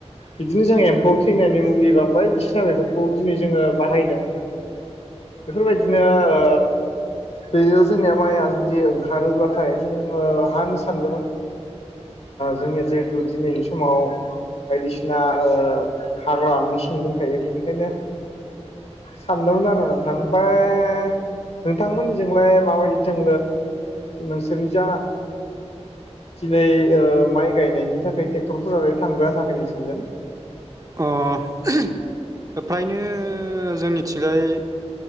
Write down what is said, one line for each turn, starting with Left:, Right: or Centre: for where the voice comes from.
Left: बिदिनो जों एम्फौ थैनायनि मुलि बा बायदिसिना बेफोरखौ दिनै जोङो बाहायदों । बेफोरबायदिनो ओ बेयो जोंनिया माइआ जुदि ओंखारोब्लाथाय जोंङो हा होन सानदोंमोन जोंनिया जिहेथु दिनैनि समाव बायदिसिना हाग्रा मेसिं दंखायो बेनिखायनो सानदोंमोन आरो आमफाय नोंथांमोननिजोंलाय माबायदि थों नोंसोरनि जा दिनै ओ माइ गायनायनि थाखाय ट्रेक्टरफोरालाय थांबायना थाङाखै नोंसनिजों
Right: अ <unintelligible> फ्रायनो जोंनिथिंजाय